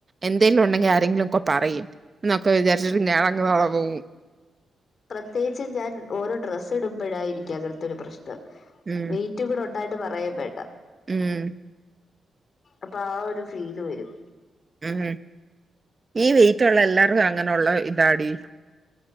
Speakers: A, on the right; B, on the left.
A: എന്തെലും ഉണ്ടെങ്കി ആരെങ്കിലൊ ക്കെ പറയും ന്നൊക്കെ വിചാര്ച്ചിട്ട് ഞാനങ് നടന്ന് പോവും.
B: പ്രത്യേകിച്ച് ഞാൻ ഓരോ ഡ്രസ്സ് ഇടുമ്പോഴായിരിക്കും അങ്ങൻത്തെ ഒരു പ്രശ്‌നം
A: ഉം
B: വെയ് റ്റൂകൂടെണ്ടായിട്ട് പറയേം വേണ്ട.
A: മ്.
B: അപ്പൊ ആ ഒരു ഫീല് വരും.
A: മ് ഈ വെയ്റ്റുള്ള എല്ലാർക്കും അങ്ങനെ ഉള്ള ഇതാടീ.